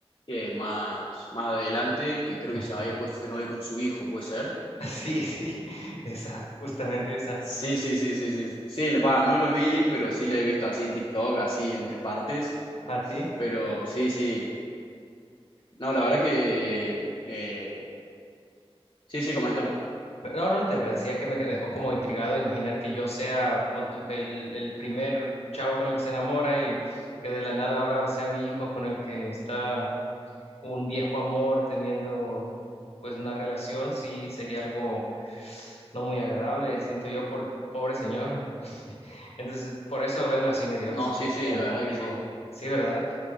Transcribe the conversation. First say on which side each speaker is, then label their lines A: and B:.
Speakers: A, on the left; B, on the left.
A: que más, más adelante, que creo
B: <laughs>
A: que se había puesto de novio con su hijo, ¿puede ser?
B: sí, sí, esa, justamente esa.
A: Sí, sí, sí, sí, sí, sí, la- va, no lo vi, pero sí la he visto así en TikTok, así entre partes,
B: Así.
A: pero sí, sí, no,
B: Oye,
A: la verdad que, eh, sí, sí, coméntame.
B: No, no, te decía que me dejó como intrigado imaginar que yo sea, pon tú que el, el primer chavo con el que se enamora y que de la nada ahora sea mi hijo con el que está un viejo amor teniendo pues una relación, sí sería algo no muy agradable, siento yo, por el pobre señor. Entonces, por eso vengo así medio
A: No,
B: así como
A: sí, sí,
B: pensativo.
A: la verdad que sí.
B: Sí, ¿verdad?